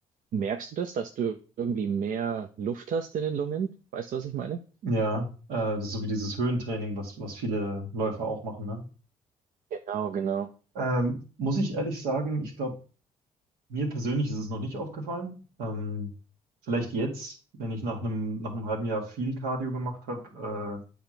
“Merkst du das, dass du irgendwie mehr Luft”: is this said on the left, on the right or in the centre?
Right